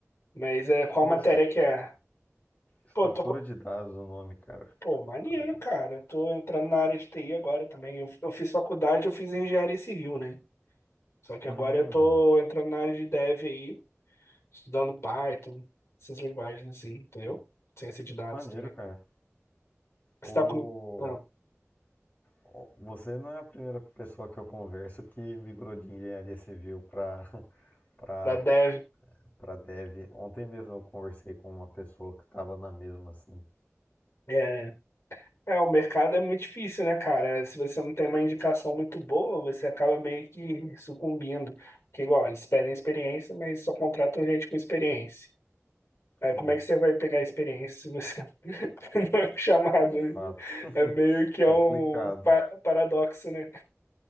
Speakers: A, on the left; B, on the left.
A: Mas é, qual
B: E você,
A: matéria que é?
B: estrutura
A: Pô, tô, co-
B: de dados o nome, cara.
A: pô,
B: Estrutura
A: maneiro,
B: de
A: cara. Eu Tô entrando na área de TI agora também. Eu, eu fiz faculdade, eu fiz engenharia civil, né? Só que
B: Hum,
A: agora eu tô entrando na área de dev aí, estudando Python, essas linguagens assim, entendeu? Ciência de dados
B: maneiro,
A: também.
B: cara.
A: Você
B: O...
A: tá com... Ah,
B: o- Você não é a primeira pessoa que eu converso que migrou de engenharia civil para <laughs> para
A: da dev.
B: para dev. Ontem mesmo eu conversei com uma pessoa que estava na mesma, assim.
A: é, É, o mercado é muito difícil, né, cara? Se você não tem uma indicação muito boa, você acaba meio que sucumbindo. Porque, igual, eles pedem experiência, mas só contratam gente com experiência. Aí,
B: Sim,
A: como é que você vai pegar experiência se você <laughs> não é chamado?
B: de fato.
A: É meio
B: <laughs>
A: que
B: Complicado,
A: é um pa- paradoxo, né?